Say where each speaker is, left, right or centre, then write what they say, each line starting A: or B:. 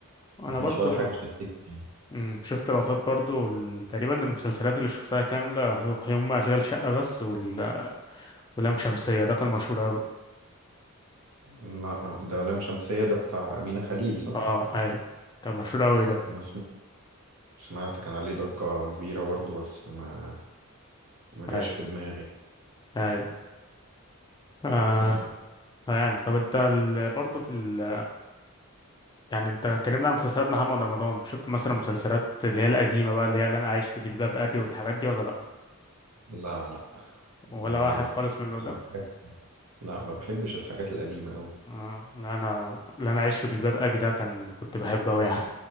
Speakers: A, on the left; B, on the right.
A: أنا
B: مفيش
A: برضو
B: ولا حاجة شدتني يعني
A: مم. شفت لقطات برضو ال- تقريبا المسلسلات اللي شفتها كاملة هو- هي هم أشغال شقة بس وال... ولام شمسية ده كان مشهور أوي
B: لا ده لام شمسية ده بتاع أمينة خليل صح؟
A: اه أي كان مشهور أوي ده
B: أنا سمعت كان عليه ضجة كبيرة برضه بس ما ما جاش
A: أي
B: في دماغي
A: أي آه
B: بس
A: يعني طب أنت ال... برضو في ال... يعني أنت اتكلمنا عن مسلسلات محمد رمضان شفت مثلا مسلسلات اللي هي القديمة بقى اللي هي اللي أنا عايش في جلباب أبي والحاجات دي ولا لأ؟
B: لا لا
A: ولا
B: ما
A: واحد خالص
B: بحبش
A: من اللي ده
B: الحاجات لا ما بحبش الحاجات القديمة قوي
A: آه، لا انا لا انا عايش في جلباب ابي ده كان كنت بحبه قوي يعني